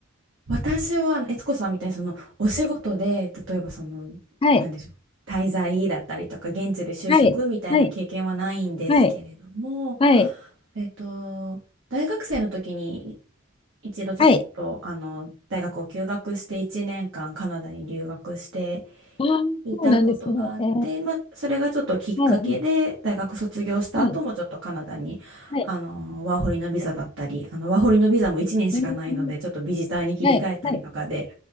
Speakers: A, on the right (about 85°); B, on the left (about 25°).
A: 私は、あの悦子さんみたいに、その、お仕事で、
B: はい。
A: 例えば、その、
B: はい。
A: なんでしょう、滞在だったりとか、現地で就職みたいな経験はないんですけれども、
B: はい。はい。はい。
A: えっと、大学生の時に、一度ちょっと、
B: はい。
A: あの、大学を休学して、1年間カナダに留学して、
B: ああー、
A: いたことがあって、
B: そうなんですね。えー、
A: まあ、それがちょっときっかけで大学卒業した後もちょっとカナダにあのワーホリのビザだったりあのワーホリのビザも1年しかないのでちょっとビジターに切り替えたりとかで
B: はい。はい。はい。えー、はい。はい。